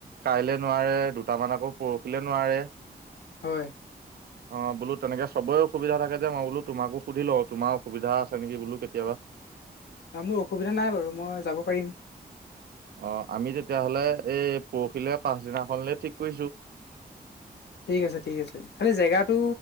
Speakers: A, on the right (about 65°); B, on the left (about 80°).
A: কাইলে নোৱাৰে দুটামান আকৌ পৰহিলে নোৱাৰে।
B: হয়।
A: <inaudible> অ', বোলো তেনেকে চবৰে অসুবিধা থাকে যে মই বোলো তোমাকো সুধি লওঁ তোমাৰ অসুবিধা আছে নিকি বোলো কেতিয়াবা।
B: ন মোৰ অসুবিধা নাই বাৰু মই যাব পাৰিম।
A: অ', আমি তেতিয়াহ'লে এই পৰহিলৈ পাছদিনাখনলে ঠিক কৰিছো।
B: ঠিক আছে ঠিক আছে, খালি জেগাটো